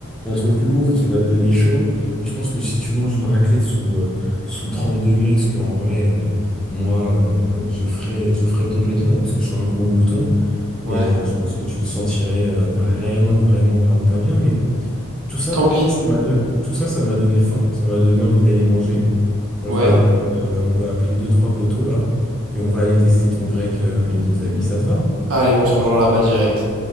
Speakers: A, in the centre; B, on the right (about 85°).
A: un truc lourd qui va te donner chaud. Et je pense que si tu manges une raclette sous, euh, sous 30 degrés, ce que en vrai, euh, moi, euh, je ferais, je ferais complètement, parce que je suis un gros glouton,
B: Ouais.
A: mais euh, je pense que tu te sentirais euh, vraiment, vraiment, vraiment pas bien. Mais tout ça,
B: Tant pis,
A: ça m'a donné, tout ça, ça m'a donné faim, ça m'a donné envie d'aller manger. On
B: ouais.
A: va appeler, euh, on va appeler deux, trois poteaux là, et on va aller tester ton grec, euh, les deux amis. Ça te va?
B: Allez, on se rejoint là-bas direct.